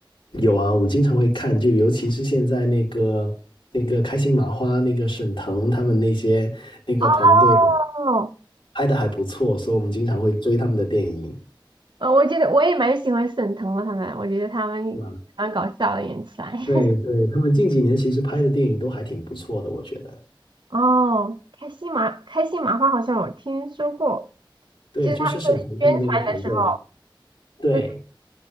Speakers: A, on the left; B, on the right.
A: 有啊，我们经常会看，就尤其是现在那个那个开心麻花、那个沈腾他们那些那个团队
B: 哦，
A: 拍的还不错，所以我们经常会追他们的电影，
B: 呃，我觉得我也蛮喜欢沈腾的他们，我觉得他们蛮搞笑的演起来。
A: 对吧？
B: <laughs>
A: 对对，他们近几年其实拍的电影都还挺不错的，我觉得。
B: 哦，开心麻开心麻花好像我听说过，
A: 对，
B: 就是他们在宣传的时候，
A: 就是沈腾他们那个团队嘛。对，
B: 对，